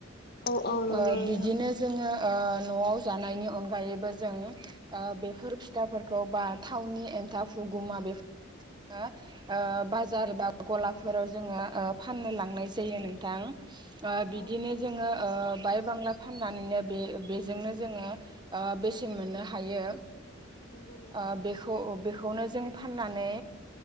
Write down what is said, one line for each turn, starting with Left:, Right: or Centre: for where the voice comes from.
Left: औ औ नंगौ
Right: ओ
Left: नोंथां
Right: बिदिनो जोङो ओ न'आव जानायनि अनगायैबो जों बेफोर फिथाफोरखौ बा थावनि एनथाब हुगुमा <unintelligible> ओ बाजार बा गलाफोराव जोङो ओ फाननो लांनाय जायो नोंथां ओ बिदिनो
Left: औ नंगौ नोंथां
Right: जोङो ओ बाय बांला फाननानैनो बे बेजोंनो जोङो ओ बेसेन मोननो हायो
Left: नंगौ नोंथां
Right: ओ बेखौ बेखौनो जों फाननानै